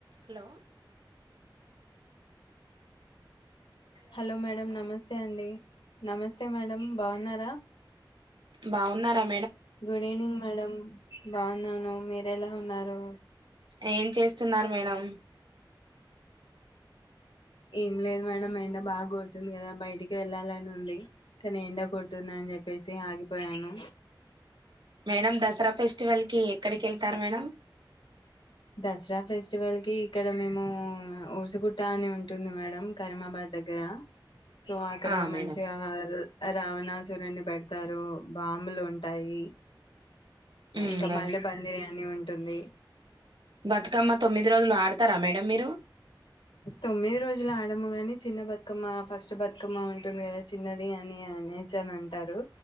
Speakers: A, on the right; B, on the left.
A: Hello
B: hello madam నమస్తే అండి నమస్తే మేడం బాగున్నారా
A: బాగున్నారక్
B: గుడ్ ఈవినింగ్ మేడం బాగున్నాను మీరు ఎలా ఉన్నారు
A: ఏం చేస్తున్నారు మేడం
B: ఏం లేదు మేడం ఎండ బాగా కొడుతుంది కదా బయటికి వెళ్ళాలని ఉంది కానీ ఎండ కొడుతుంది అని చెప్పేసి ఆగిపోయాను
A: మేడం దసరా ఫెస్టివల్కి ఎక్కడికి వెళ్తారు మేడం
B: దసరా ఫెస్టివల్ కి ఇక్కడ మేము ఉ ఊరుసుగుట్ట అని ఉంటుంది మేడం కరీమాబాద్ దగ్గర సో అక్కడ
A: ఆ మేడం
B: మంచిగా రావణాసురుని పెడతారు బాంబులు ఉంటాయి
A: మ్మ్
B: ఇంకా
A: మేడం
B: మల్లే పందిరి అన్ని ఉంటుంది
A: బతుకమ్మ తొమ్మిది రోజులు ఆడతారా మేడం మీరు
B: తొమ్మిది రోజులు ఆడమ్ము గాని చిన్న బతుకమ్మ ఫస్ట్ బతుకమ్మ ఉంటుంది కదా చిన్నది అని అనేచీ అని అంటారు